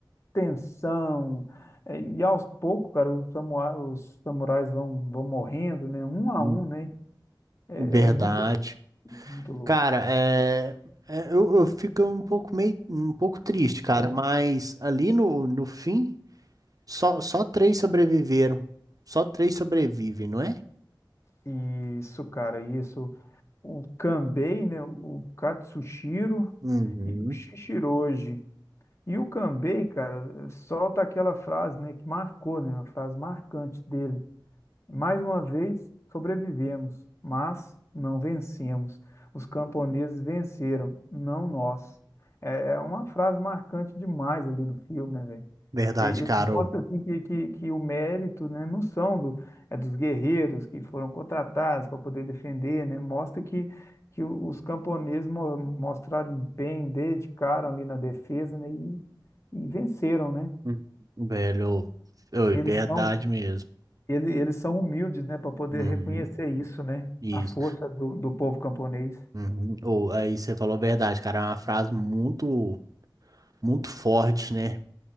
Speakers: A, on the left; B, on the right.
A: tensão, é, e aos poucos, cara, os samurais, os samurais vão, vão morrendo, né? Um a
B: hum,
A: um, né? É
B: Verdade.
A: muito louco, muito louco.
B: Cara, é, é, eu, eu fico um pouco meio, um pouco triste, cara, mas ali no, no fim, só, só três sobreviveram. Só três sobrevivem, não é?
A: E Isso, cara, isso. O Kanbei, né? O Katsushiro
B: Uhum.
A: e o Shishiroji. E o Cambay, cara, solta aquela frase, né, que marcou, né, uma frase marcante dele. Mais uma vez, sobrevivemos, mas não vencemos. Os camponeses venceram, não nós. É, é uma frase marcante demais ali no filme, né, velho?
B: Verdade,
A: E
B: cara.
A: e mostra
B: ô.
A: assim que, que, que o mérito, né, não são do, é dos guerreiros que foram contratados para poder defender, né? Mostra que, que o- os camponeses mo- mostraram empenho, dedicaram ali na defesa, né, e, e venceram, né?
B: Uhum, Velho, ô, é
A: Eles
B: verdade
A: são,
B: mesmo.
A: ele, eles são humildes, né, para poder
B: Uhum,
A: reconhecer isso, né?
B: Isso.
A: A força do, do povo camponês.
B: Uhum. Ou aí você falou verdade, cara. É uma frase muito, muito forte, né?